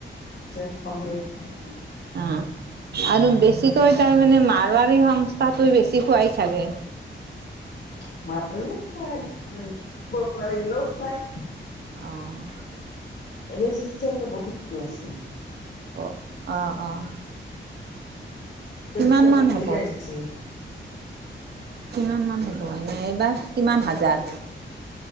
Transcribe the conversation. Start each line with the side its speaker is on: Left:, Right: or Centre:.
Left: <unintelligible>
Right: অ আৰু বেছিকৈ তাৰমানে, মাৰোৱাৰী সংস্থাটোই বেছি খোৱাই চাগে
Left: <inaudible> <unintelligible>
Right: অহ।
Left: এইবাৰ শিলচৰ পৰা বহুত মানুহ আহিছি।
Right: অ। অ'হ। অ'হ।
Left: শিলচৰৰ
Right: কিমানমান
Left: পৰা বেছিকৈ
Right: হ'ব?
Left: আহিছে
Right: কিমান মান হ'ব এনে এইবাৰ? কিমান হাজাৰ?